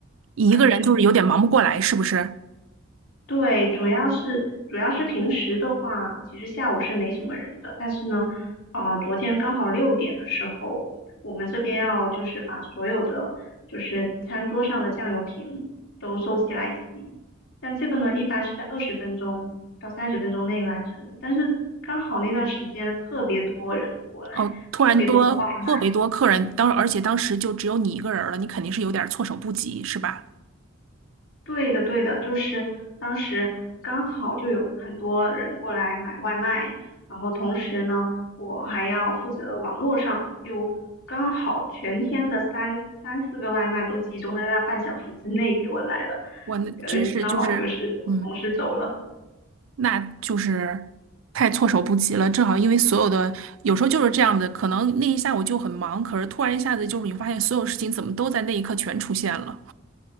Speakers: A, on the right (about 75°); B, on the left (about 70°).
A: 一个人就是有点忙不过来，
B: 啊，你说。
A: 是不是？
B: 对，主要是主要是平时的话，其实下午是没什么人的。但是呢，啊、昨天刚好六点的时候，我们这边要就是把所有的就是餐桌上的酱油瓶都收起来洗。但这个呢，一般是在二十分钟到三十分钟内完成。但是刚好那段时间特别多人过来，
A: 哦，突然多特别多客人，
B: 特别多的外卖。
A: 当而且当时就只有你一个人儿了，你肯定是有点儿措手不及，是吧？
B: 对的，对的，就是当时刚好就有很多人过来买外卖，然后同时呢，我还要负责网络上，又刚好全天的三三四个外卖都集中在那半小时之内给我来了，
A: 哇，那真是就是，
B: 呃，刚好就是我同事走了。
A: 嗯，那就是太措手不及了。正好因为所有的有时候就是这样的，可能那一下午就很忙，可是突然一下子就是你发现所有事情怎么都在那一刻全出现了。